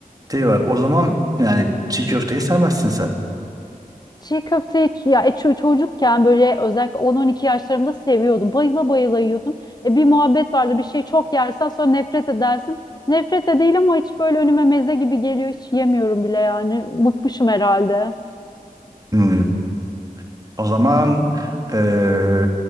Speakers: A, on the right; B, on the left.
A: şey var. O zaman yani çiğ köfteyi sevmezsin sen.
B: Çiğ köfteyi ç- ya e, ço- çocukken böyle özellikle on-on iki yaşlarımda seviyordum. Bayıla bayıla yiyordum. E, bir muhabbet vardı. Bir şeyi çok yersen sonra nefret edersin. Nefret de değil ama hiç böyle önüme meze gibi geliyor. Hiç yemiyorum bile yani. Bıkmışım herhalde.
A: Hmm. O zaman eee